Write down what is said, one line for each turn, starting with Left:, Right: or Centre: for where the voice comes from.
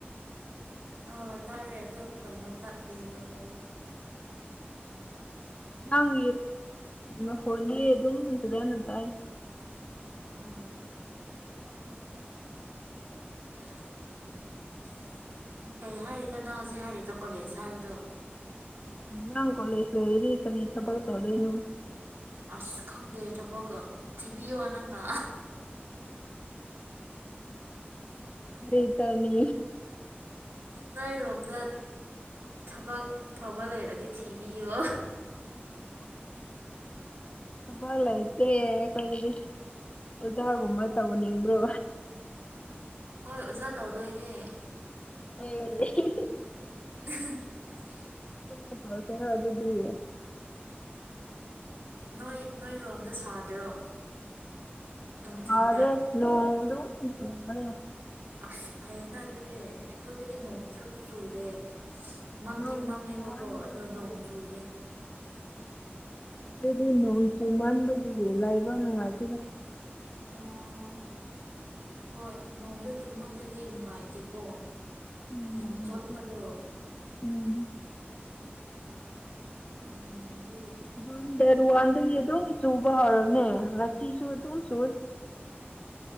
Right: ꯑꯥ ꯇꯥꯔꯦ ꯑ ꯀꯩꯅꯣ ꯇꯠꯂꯦꯕꯀꯣ
Left: ꯅꯪ ꯑ ꯍꯣꯂꯤ ꯑꯗꯨꯇꯗꯅ ꯇ
Right: ꯎꯥ ꯀꯩ ꯍꯥꯏꯔꯤꯅꯣ ꯅꯪ ꯍꯧꯖꯤꯛ ꯍꯥꯏꯔꯤꯗ ꯀꯣꯂꯦꯖ ꯍꯥꯏꯕꯗꯣ
Left: ꯅꯥꯡ ꯀꯂꯦꯁꯗ ꯏꯔꯤ ꯀꯂꯊꯕ ꯇꯗꯦꯩꯅ
Right: ꯑꯁ ꯈꯪꯗꯦ ꯊꯕꯛꯀ ꯊꯤꯕꯤꯌꯣ ꯅꯪꯅ
Left: ꯀꯔꯤ ꯇ ꯏ
Right: ꯂꯅꯥꯔꯣꯝꯗ ꯊꯕꯛ ꯐꯕ ꯂꯩꯔꯗꯤ ꯊꯤꯕꯤꯌꯣ
Left: ꯍꯕꯂꯥꯏꯇꯦ ꯀꯣꯏꯗꯤ ꯑꯣꯗꯒꯨꯝꯕ ꯇꯧꯅꯤꯡꯕ꯭ꯔꯣ
Right: ꯍꯣꯏ ꯑꯣꯖꯥ ꯇꯧꯗꯣꯏꯅꯦ
Left: ꯑ
Right: ꯎ
Left: ꯂ ꯇꯧ ꯈꯦꯔꯣ ꯑꯗꯨꯗꯤ
Right: ꯅꯣꯏ ꯅꯣꯏꯔꯣꯝꯗ ꯁꯥꯗ꯭ꯔꯣ ꯅꯨꯡꯊꯤꯟꯗ
Left: ꯑꯗꯦ ꯅꯣꯡ ꯇꯣ ꯌꯥ
Right: ꯑꯁ ꯐꯩꯌꯦꯅ ꯑꯗꯨꯗꯤ ꯑꯩꯈꯣꯏꯗꯗꯤ ꯅꯣꯡꯁꯨ ꯆꯨꯗꯦ ꯃꯝꯗꯤ
Left: ꯅꯣꯡ
Right: ꯃꯝꯃꯦꯕꯀꯣ
Left: ꯆꯨꯃꯟꯕꯒꯤ
Right: ꯑꯗꯣ ꯅꯣꯡ ꯆꯨꯗꯦ
Left: ꯑꯗꯨꯗꯤ ꯅꯣꯡ ꯆꯨ ꯃꯟꯕꯒꯤꯂꯥꯏꯕ ꯅꯨꯡꯉꯥꯏꯇꯔ
Right: ꯑꯣ ꯍꯣꯏ ꯅꯣꯡꯗ ꯆꯨꯝꯍꯜꯂꯗꯤ ꯅꯨꯡꯉꯥꯏꯇꯦꯀꯣ
Left: ꯎꯝ
Right: ꯌꯥꯝ
Left: ꯅꯨꯡꯉꯥꯏꯇꯦ
Right: ꯆꯣꯠꯄꯗꯣ
Left: ꯎꯝ
Right: ꯎꯝ ꯑꯗꯨ
Left: ꯖꯨꯟ ꯗꯦꯠ ꯋꯥ ꯋꯥꯟꯗꯒꯤ ꯑꯗꯨꯝ ꯁꯨꯕ ꯍꯧꯔꯝꯃꯦ ꯃꯁꯤꯁꯨ ꯑꯗꯨꯝ ꯁꯨ